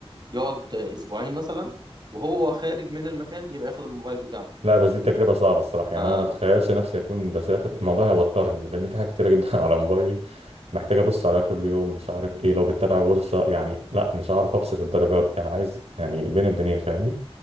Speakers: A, on the right; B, on the right.
A: يقعد اسبوعين مثلا وهو خارج من المكان يبقى ياخد الموبايل بتاعه
B: لا بس دي تجربه صعبه الصراحه يعني
A: فبصراحة
B: انا ما اتخيلش نفسي اكون بسافر الموضوع هيوترني لان في حاجات كتيره جدا <laughs> على موبايلي محتاج ابص عليها كل يوم مش عارف ايه لو بتتابع بورصه يعني لا مش عارف افصل للدرجات دي انا عايز يعني بين البنين فاهمني